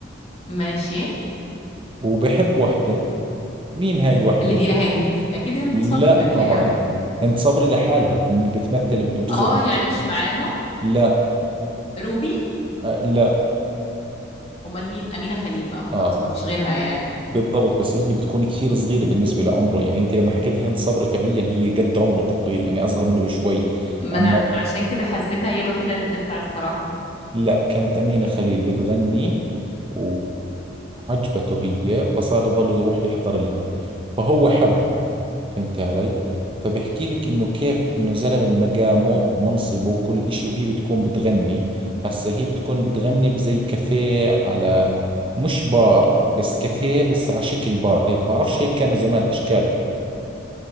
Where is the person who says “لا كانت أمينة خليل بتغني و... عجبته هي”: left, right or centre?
Right